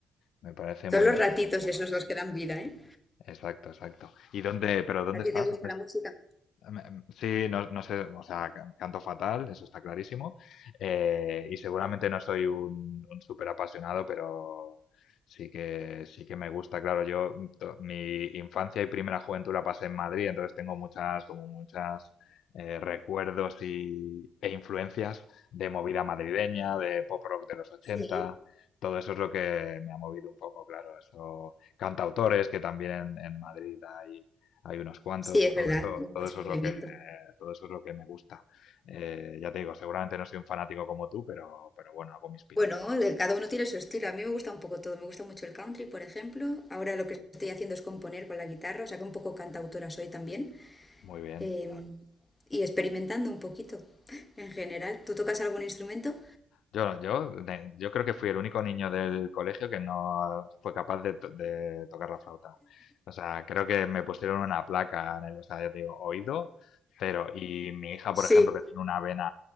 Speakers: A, on the left; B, on the left.
A: me parece
B: Son
A: muy
B: los
A: interesante.
B: ratitos esos los que dan vida, ¿eh?
A: Exacto, exacto. ¿Y dónde, pero dónde
B: ¿A ti
A: estás?
B: te gusta
A: ¿Dónde
B: la música?
A: Me- Sí, no, no sé, o sea, can- canto fatal, eso está clarísimo. Eh, y seguramente no soy un, un súper apasionado, pero sí que, sí que me gusta. Claro, yo mm, to- mi infancia y primera juventud la pasé en Madrid, entonces tengo muchas, como muchas eh, recuerdos y, e influencias de movida madrileña, de pop rock de los ochenta,
B: Sí,
A: Todo eso es lo que me ha movido un poco, claro. Eso, cantautores que también en Madrid hay hay unos cuantos,
B: sí, es
A: todo
B: verdad,
A: eso,
B: mucho
A: todo eso
B: movimiento.
A: es lo que, todo eso es lo que me gusta. Eh, ya te digo, seguramente no soy un fanático como tú, pero, pero bueno, hago mis pinitos.
B: Bueno, de- cada uno tiene su estilo. A mí me gusta un poco todo. Me gusta mucho el country, por ejemplo. Ahora lo que estoy haciendo es componer con la guitarra, o sea que un poco cantautora soy también.
A: Muy bien.
B: em, y experimentando un poquito en general. ¿Tú tocas algún instrumento?
A: Yo, yo, ne- yo creo que fui el único niño del colegio que no fue capaz de, to- de tocar la flauta. O sea, creo que me pusieron una placa en el, o sea, ya te digo, oído, cero. Y mi hija,
B: Sí.
A: por ejemplo, que tiene una vena,